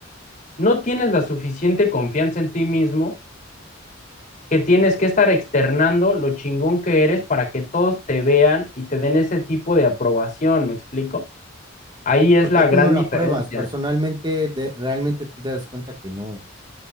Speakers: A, on the left; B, on the right.
A: no tienes la suficiente confianza en ti mismo que tienes que estar externando lo chingón que eres para que todos te vean y te den ese tipo de aprobación, ¿me explico? Ahí es
B: Porque
A: la
B: tú
A: gran
B: no la
A: diferencia.
B: pruebas personalmente, de- realmente tú te das cuenta que no.